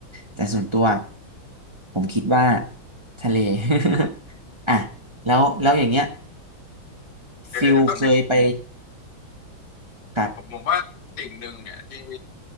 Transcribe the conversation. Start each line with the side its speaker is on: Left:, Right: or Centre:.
Right: แต่ส่วนตัว
Left: อืม
Right: ผมคิดว่าทะเล <laughs> อ่ะแล้วแล้วอย่างเงี้ย
Left: เดี๋ยวเดี๋ยวเดี๋ยวแป๊บนึง
Right: ฟิลเคยไปครับ
Left: ผมผมว่าสิ่งหนึ่งเนี่ยที่